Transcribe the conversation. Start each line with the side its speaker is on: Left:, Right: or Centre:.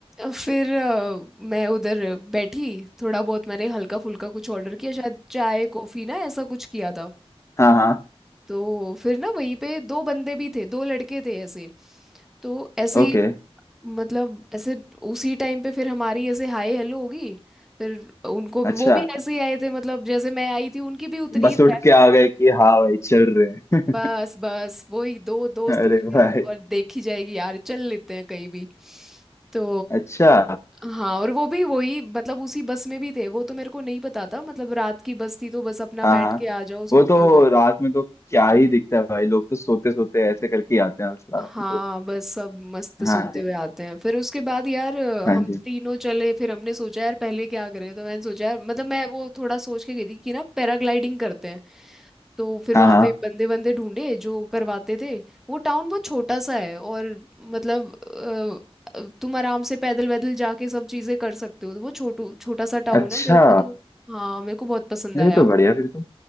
Centre: फिर अ, मैं उधर बैठी थोड़ा बहुत मैंने हल्का फुल्का कुछ ऑर्डर किया शायद चाय कॉफी ना ऐसा कुछ किया था
Left: हाँ हाँ
Centre: तो फिर ना वहीं पे दो बंदे भी थे दो लड़के थे ऐसे तो ऐसे
Left: ओके
Centre: ही मतलब ऐसे उसी टाइम पे फिर हमारी ऐसे हाय हेलो होगी फिर उनको भी
Left: अच्छा
Centre: वो भी ऐसे ही आए थे मतलब जैसे मैं आई थी उनकी भी उतनी
Left: बस
Centre: ही थी।
Left: उठ के आ गए कि हाँ भाई चल रहे हैं
Centre: बस बस वही दो दोस्त
Left: <laughs> अरे
Centre: मिले
Left: भाई
Centre: और देखी जाएगी यार चल लेते हैं कहीं भी तो
Left: अच्छा
Centre: हाँ और वो भी वही मतलब उसी बस में भी थे वो तो मेरे को नहीं पता था मतलब रात की बस थी तो बस अपना
Left: हाँ
Centre: बैठ
Left: हाँ
Centre: के आ जाओ सोते
Left: वो तो
Centre: हुए
Left: रात में तो क्या ही दिखता है भाई लोग तो सोते सोते ऐसे करके ही आते हैं उस रात
Centre: हाँ
Left: में तो
Centre: बस सब मस्त सोते
Left: हाँ जी
Centre: हुए आते हैं फिर उसके बाद यार
Left: हाँ
Centre: हम
Left: जी
Centre: तीनों चले फिर हमने सोचा यार पहले क्या करें तो मैंने सोचा यार मतलब मैं वो थोड़ा सोच के गई थी कि ना पैराग्लाइडिंग करते हैं तो फिर
Left: हाँ
Centre: वहाँ
Left: हाँ
Centre: पे बंदे बंदे ढूंढे जो करवाते थे वो टाउन बहुत छोटा सा है और मतलब अ, तुम आराम से पैदल वैदल जाके सब चीज़ें कर सकते हो तो वो छोटू छोटा सा टाउन
Left: अच्छा
Centre: है मेरे को तो हाँ मेरे को बहुत पसंद
Left: ये
Centre: आया
Left: तो बढ़िया फिर तो